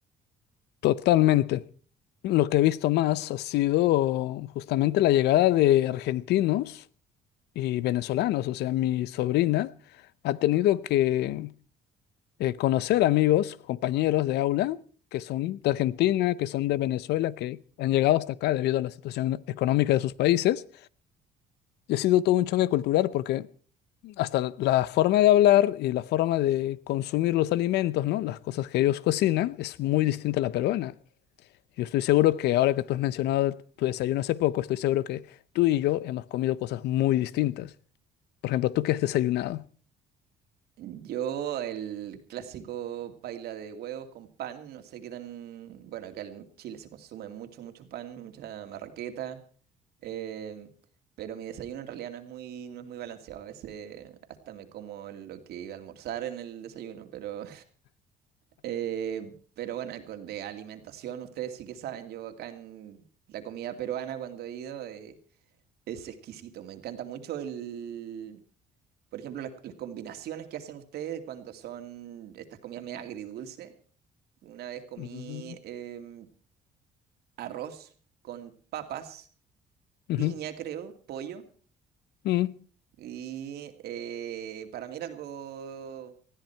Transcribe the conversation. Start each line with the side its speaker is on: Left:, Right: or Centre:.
Left: Totalmente. Lo que he visto más ha sido justamente la llegada de argentinos y venezolanos. O sea, mi sobrina ha tenido que eh, conocer amigos, compañeros de aula que son de Argentina, que son de Venezuela, que han llegado hasta acá debido a la situación económica de sus países. Y ha sido todo un choque cultural porque hasta la forma de hablar y la forma de consumir los alimentos, ¿no? Las cosas que ellos cocinan es muy distinta a la peruana. Yo estoy seguro que ahora que tú has mencionado tu desayuno hace poco, estoy seguro que tú y yo hemos comido cosas muy distintas. Por ejemplo, ¿tú qué has desayunado?
Right: Yo, el clásico paila de huevos con pan, no sé qué tan... Bueno, acá en Chile se consume mucho, mucho pan, mucha marraqueta, eh, pero mi desayuno en realidad no es muy, no es muy balanceado. A veces hasta me como lo que iba a almorzar en el desayuno, pero... Eh, pero bueno, eh, con- de alimentación, ustedes sí que saben, yo acá en la comida peruana cuando he ido eh, es exquisito, me encanta mucho el, por ejemplo, las, las combinaciones que hacen ustedes cuando son estas comidas medio agridulces. Una vez comí
Left: Ujú,
Right: em, arroz con papas,
Left: ujú,
Right: piña creo, pollo,
Left: ujú.
Right: y eh, para mí era algo,